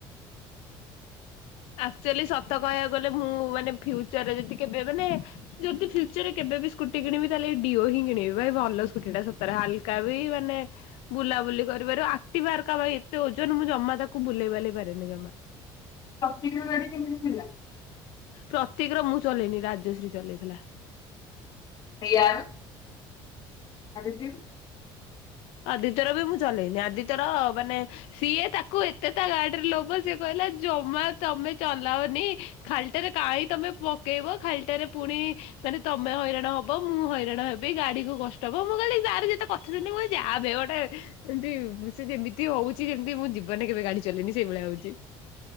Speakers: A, on the left (about 75°); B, on the left (about 40°).
A: ଆକ୍ଚୁଆଲି ସତ କହିବାକୁ ଗଲେ, ମୁଁ ମାନେ ଫ୍ୟୁଚରରେ ଯଦି କେବେ ମାନେ ଯଦି, ଫ୍ୟୁଚରରେ କେବେବି କୁଟି କିଣିବି, ତାହେଲେ ଡିଓ ହିଁ କିଣିବି। ଭାଇ ଭଲ ସ୍କୁଟି ଟା। ସତରେ ହାଲକା ବି ମାନେ ବୁଲାବୁଲି କ <unintelligible> ଏକ୍ଟିଭା ଆରକା ବାଇ ଏତେ ଓଜନ! ମୁଁ ଜମା ତାକୁ ବୁଲେଇ ବାଲେଇ ପାରେନି ଜମା।
B: ତି ଓ ଗାଡି କେମିତି ଥିଲା?
A: ପ୍ରତିକ୍ ର, ମୁଁ ଚଲେଇନି। ରାଜଶ୍ରୀ ଚଲେଇଥିଲା।
B: ପିଆମ୍ ଆଦିତ୍ୟୁ।
A: ଆଦିତ୍ୟର ବି ମୁଁ ଚଲେଇନି। ଆଦିତ୍ୟର ମାନେ ସିଏ ତାକୁ ଏତେ ତା ଗାଡିରେ ଲୋବ ସିଏ କହି ଲା ଜମା ତମେ ଚଲାଅନି ଖାଲିଟାରେ କାହିଁ, ତମେ ପକେଇବ ଖାଲିଟାରେ ପୁଣି ମାନେ ତମେ ହଇରାଣ ହବ। ମୁଁ ହଇରାଣ ହେବି। ଗାଡି କୁ କଷ୍ଟ ହବ। ମୁଁ କହିଲି ତାର ଯେତେ କଥା ଶୁଣିଲି ମୁଁ ଯାବେ ଗୋଟେ! ଏମିତି ସେ ଯେମିତି ହଉଛି, ଯେମତି ମୁଁ ଜୀବନରେ କେବେ ଗାଡି ଚଲେଇନି, ସେଇଭଳିଆ ହଉଛି।